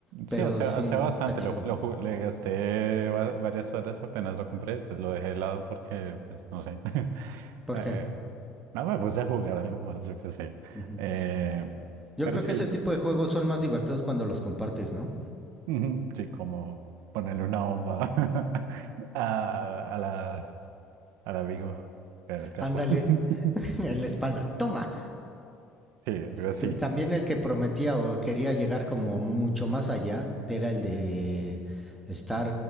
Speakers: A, in the centre; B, on the right.
A: pero
B: Sí, hace, hace
A: sí,
B: bastante,
A: sí está chido.
B: lo, lo ju- le gasté va- varias horas apenas lo compré, pues lo dejé de lado porque, pues no sé. <laughs>
A: ¿Por
B: Eh,
A: qué?
B: no me puse a jugar algo más, yo qué sé.
A: Ujú.
B: Eh,
A: Yo
B: pero
A: creo
B: sí,
A: que ese tipo de juegos son más divertidos cuando los compartes, ¿no?
B: ujú, sí, como ponerle una bomba <laughs> a, a la, al amigo en el carro.
A: Ándale,
B: <laughs>
A: <laughs> en la espalda. Toma.
B: Sí, algo así.
A: T- También el que prometía o quería llegar como mucho más allá era el de Star.